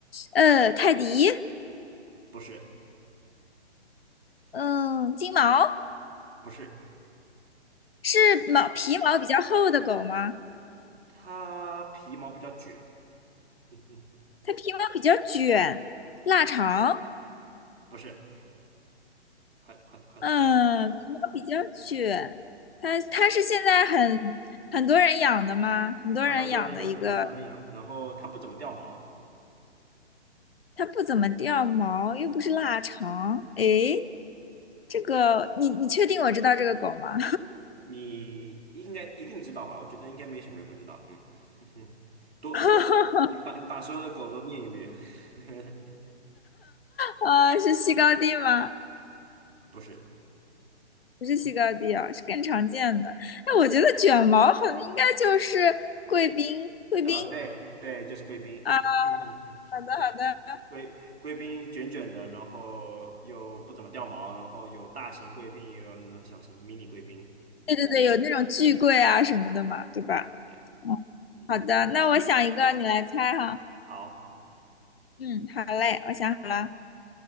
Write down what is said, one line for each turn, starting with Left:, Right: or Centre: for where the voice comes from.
Left: 呃，泰迪，
Right: 不是
Left: 嗯，金毛
Right: 不是，
Left: 是毛皮毛比较厚的狗吗？
Right: 它皮毛比较卷，嗯哼，
Left: 它皮毛比较卷，腊肠，
Right: 不是，快了快了快了，
Left: 嗯，皮毛比较卷。它它是现在很很多人养的吗？很多人养的一个，
Right: 还蛮多人养，蛮多人养的，然后它不怎么掉毛，
Left: 它不怎么掉毛，又不是腊肠。诶，这个你你确定我知道这个狗吗？
Right: 你应该一定知道吧？我觉得应该没什么人不知道，嗯，<laughs> 多多，
Left: <laughs>
Right: 你把你把所有的狗都念一遍，<laughs>
Left: 啊，是西高地吗？
Right: 不是，
Left: 不是西高地啊，是更常见的。哎，我觉得卷毛好像应该就是贵宾，贵宾
Right: 啊、对对，就是贵宾，
Left: 啊。
Right: <laughs>
Left: 好的，
Right: 对。
Left: 好的。
Right: 贵贵宾卷卷的，然后又不怎么掉毛，然后有大型贵宾，也有那种小型迷你贵宾。
Left: 对对对，有那种巨贵啊什么的嘛，对吧？
Right: 对对对，
Left: 嗯，
Right: 没
Left: 好的，那我想一个，你来猜哈。
Right: 好，
Left: 嗯，好嘞，我想好了，